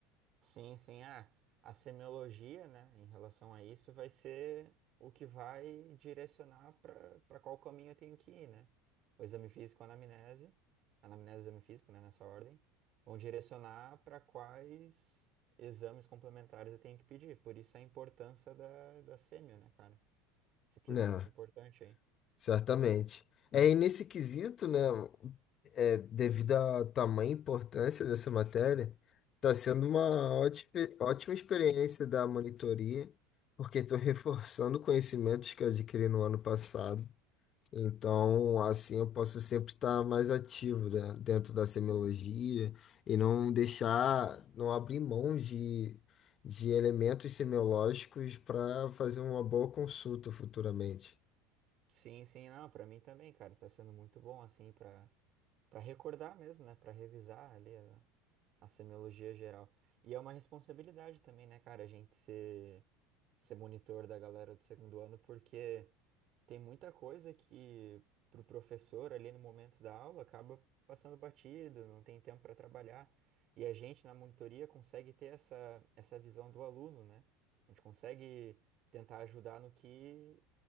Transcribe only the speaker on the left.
Né,
certamente. É, e nesse quesito, né, é, devido ao tamanho e importância dessa matéria, está sendo uma ótima, ótima experiência da monitoria, porque estou reforçando conhecimentos que eu adquiri no ano passado. Então, assim, eu posso sempre estar mais ativo, né, dentro da semiologia e não deixar, não abrir mão de, de elementos semiológicos para fazer uma boa consulta futuramente.